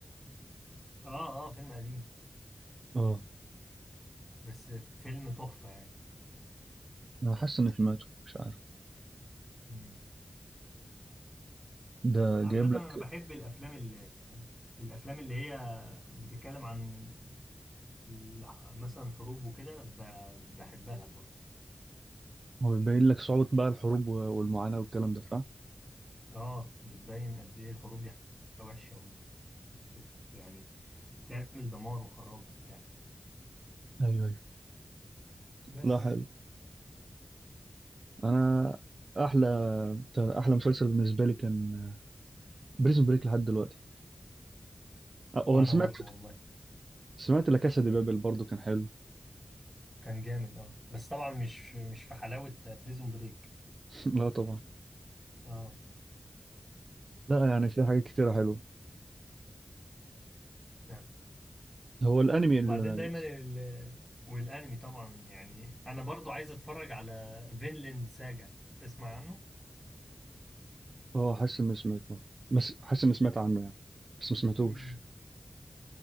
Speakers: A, in the centre; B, on the right.
A: اه اه فيلم قديم
B: اه
A: بس فيلم تحفة يعني
B: انا حاسس ان سمعته مش عارف
A: مم.
B: ده جايب
A: عامة انا
B: لك
A: بحب الافلام اللي الافلام اللي هي بتتكلم عن الح- مثلا حروب وكده ب- بحبها برضه
B: هو بيبين لك صعوبة بقى الحروب و- والمعاناة والكلام ده صح؟
A: اه بتبين قد ايه الحروب دي حاجة وحشة و بت- يعني تعمل دمار وخراب وبتاع
B: ايوه ايوه
A: بس
B: لا حلو انا احلى احلى مسلسل بالنسبة لي كان بريزون بريك لحد دلوقتي آه،
A: وانا
B: هو انا سمعت
A: برضو والله
B: سمعت لا كاسا دي بابل برضو كان حلو
A: كان جامد اه بس طبعا مش مش في حلاوة بريزون بريك
B: <laughs> لا طبعا
A: اه
B: لا يعني في حاجات كتيرة حلوة
A: فعلا
B: هو الانمي اللي
A: وبعدين دايما ال والانمي طبعا يعني انا برضو عايز اتفرج على فينلاند ساجا تسمع عنه
B: اه حاسس اني سمعته بس حاسس اني سمعت عنه يعني بس ما سمعتوش
A: امم